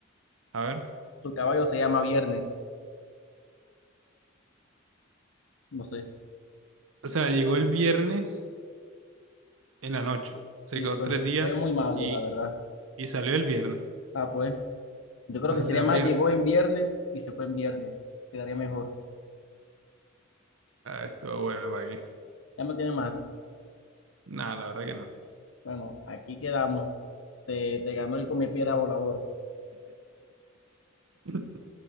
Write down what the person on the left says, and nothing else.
Su caballo se llama Viernes. No sé.
Sí,
fue,
fue muy malo,
la verdad.
Ah, pues. Yo creo
que
sería
más,
llegó en viernes y se fue en viernes. Quedaría mejor.
Ya no tiene más.
Bueno, aquí quedamos. Te, te ganó el comepiedra volador.